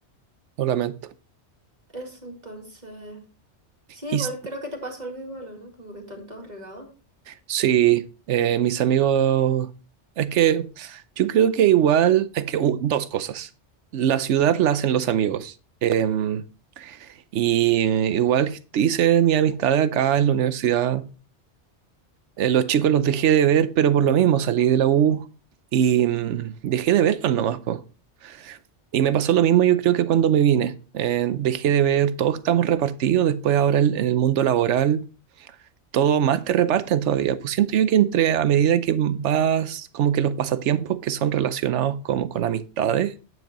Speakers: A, on the right; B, on the right.
A: Lo lamento.
B: Eso entonces, sí,
A: Y
B: igual
A: s-
B: creo que te pasó algo igual, ¿o ¿no? Como que están todos regados.
A: sí, eh, mis amigos, es que yo creo que igual, es que uh, dos cosas. La ciudad la hacen los amigos. Em, y eh, igual hice mi amistad acá en la universidad Eh, los chicos los dejé de ver, pero por lo mismo salí de la U y mm, dejé de verlos nomás, po. Y me pasó lo mismo yo creo que cuando me vine. Eh, dejé de ver, todos estamos repartidos, después ahora el- en el mundo laboral, todos más te reparten todavía. Pues siento yo que entre, a medida que vas, como que los pasatiempos que son relacionados como con amistades,